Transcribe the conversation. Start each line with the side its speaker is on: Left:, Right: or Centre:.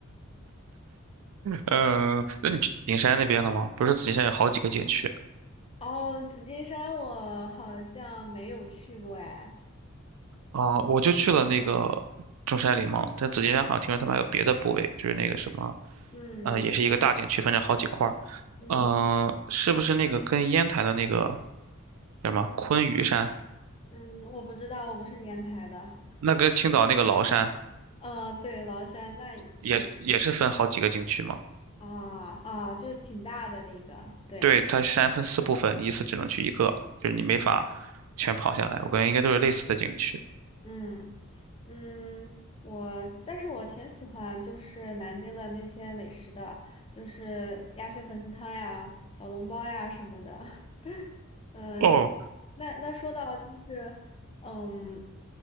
Right: 嗯，那你去景山那边了吗？不是紫金山有好几个景区
Left: 然后紫金山我好像没有去过哎，
Right: 啊，我就去了那个中山陵嘛，但紫金山好像听说他们还有别的部位，就是那个什么，
Left: 嗯
Right: 呃，也是一个大景区，分成好几块儿，
Left: 嗯
Right: 嗯，是不是那个跟烟台的那个叫什么昆嵛山，
Left: 嗯嗯，我不知道，我不是烟台的，
Right: 那跟青岛那个崂山
Left: 嗯，对，崂山那可能。
Right: 也是也是分好几个景区吗？
Left: 啊啊，就是挺大的那个，对，
Right: 对，它山分四部分，你一次只能去一个，就是你没法
Left: 嗯
Right: 全跑下来。我感觉应该都是类似的景区。
Left: 嗯嗯，我，但是我挺喜欢就是南京的那些美食的，就是鸭血粉丝汤呀、小笼包呀什么的。<laughs> 嗯，
Right: 哦，
Left: 那那说到就是，嗯